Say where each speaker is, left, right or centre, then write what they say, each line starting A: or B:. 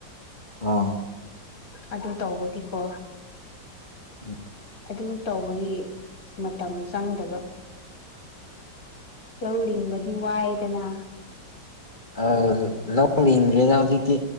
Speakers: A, on the left; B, on the left.
A: ꯑꯥ
B: ꯑꯗꯨ ꯇꯧꯕꯒꯤꯀꯣ
A: ꯑꯝ
B: ꯑꯗꯨ ꯇꯧꯕꯒꯤ ꯃꯇꯝ ꯆꯪꯗꯕ ꯂꯧ ꯂꯤꯡꯕꯗꯤ ꯋꯥꯏꯗꯅ
A: ꯑ ꯂꯧ ꯂꯤꯡꯗ꯭ꯔꯦꯗ ꯍꯧꯖꯤꯛꯇꯤ